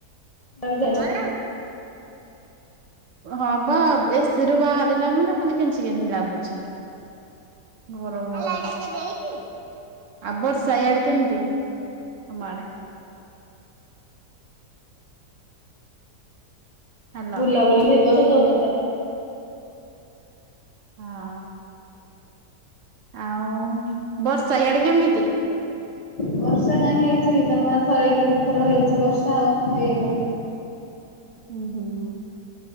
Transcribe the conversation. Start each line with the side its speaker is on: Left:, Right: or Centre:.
Left: କୁଆଡେ ଯାଇନି
Right: କଣ? ହଁ ବା ଏସିରୁୁ ବାହାରିଲା ମନେ ଖାଲି କେଞ୍ଚି କାଞ୍ଚି ଲାଗୁଚି। ଗରମ ହଉଛି। ଆଉ ବର୍ଷା ଇଆଡ କେମିତି ତମ ଆଡେ? ହ୍ୟାଲୋ
Left: ବୁଲାବୁଲି ହେ ବର୍ଷ ଜବର୍ କ
Right: ହଁ। ଆଉ ବର୍ଷା ହିଆଡେ କେମିତି?
Left: ବର୍ଷା କାଇଁ ହେଇଛି ଜମା ଥରେ କିି ଦଥର ହେଇଛି ବର୍ଷା ଆଉ ହେଇନି।
Right: ଉ ହୁଁ ହୁଁ।